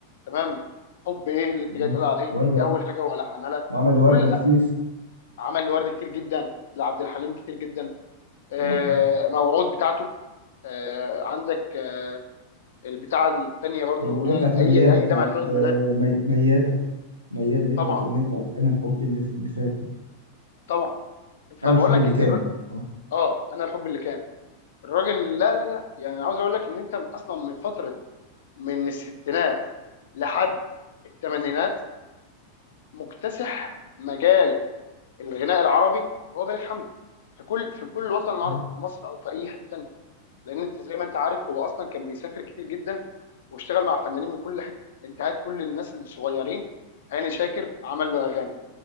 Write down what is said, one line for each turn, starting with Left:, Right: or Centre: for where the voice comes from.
Left: تمام حب ايه اللي انت
Right: مم.
Left: جاي تقول عليه
Right: ورده
Left: دي اول حاجه هو لحنها لها
Right: وعمل لورده
Left: كل
Right: كتير
Left: عمل لورده كتير جدا لعبد الحليم كتير جدا آه،
Right: مم.
Left: موعود بتاعته آه عندك آه البتاعه الثانيه برضو
Right: الاغنيه
Left: اغنيه
Right: بتاعت مياده
Left: اي اي
Right: بتاعت
Left: دمعه حزن
Right: آه،
Left: لا
Right: مي- مياده مياده ليه
Left: طبعا
Right: بتاعت الاغنيه بتاعت انا الحب اللي اللي فات دي
Left: طبعا فبقول
Right: انا الحب
Left: لك
Right: اللي
Left: ان
Right: كان
Left: الر-
Right: اه
Left: اه انا الحب اللي كان الراجل لا لا لا يعني أنا عاوز اقول لك ان انت اصلا من فتره من الستينات لحد الثمانينات مكتسح مجال الغناء العربي هو بليغ حمدي في كل في كل وطن عربي
Right: مم.
Left: في مصر او في اي حته تانيه لان انت زي ما انت عارف هو اصلا كان بيسافر كتير جدا واشتغل مع فنانين من كل حته انت هات كل الناس الصغيرين هاني شاكر عمل له اغاني